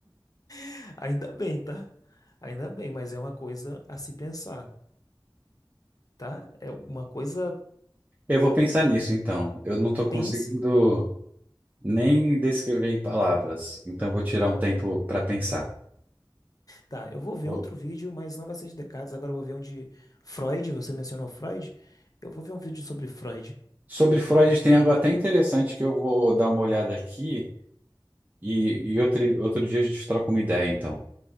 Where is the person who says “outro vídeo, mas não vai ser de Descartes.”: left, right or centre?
Left